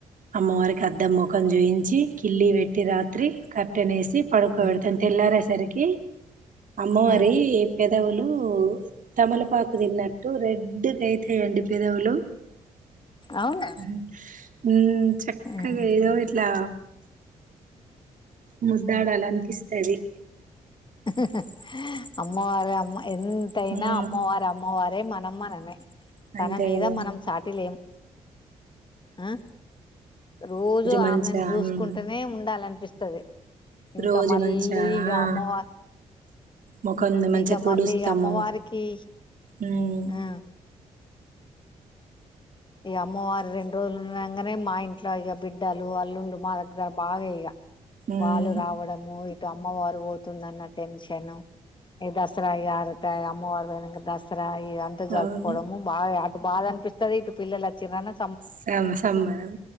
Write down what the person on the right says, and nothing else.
అమ్మ వారికి కద్ద ముఖం చూయించి కిల్లి పెట్టి రాత్రి కట్టెనేేసి పడుకోబెడుతది
తెలరిసరికి ఓకే అమ్మవరి
ఏ పేదవులు తమలపాకు తిన్నట్టు రెడ్గా అయితాయిడి పెదవులు
ఉహ్ చక్కగా
ఏదో ఇట్లా ముద్దాడాల అనిపిస్తాది
ఉమ్
అంతే
కదండి
మంచిగా
ఉమ్
రోజు
మంచిగా ఆ
ముఖం మంచిగా
తుడుస్తాము
ఉమ్
ఉమ్
అవును
సం సంబరం